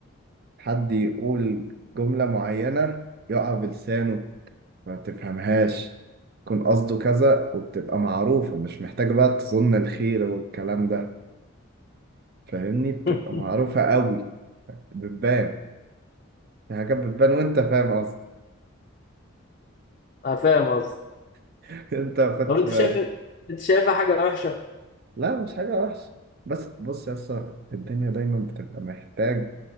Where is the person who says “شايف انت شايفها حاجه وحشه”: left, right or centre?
Left